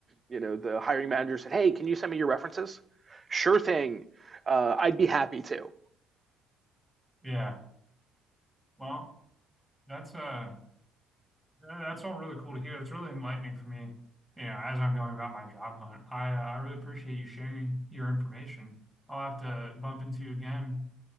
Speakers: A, on the right; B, in the centre.
A: you know the hiring manager said hey can you send me your references sure thing uh, i'd be happy to
B: yeah. Well, that's uh Uh, That's all really cool to hear. That's really enlightening for me, you know, as I'm going about my job hunt. I uh, I really appreciate you sharing your information. I'll have to bump into you again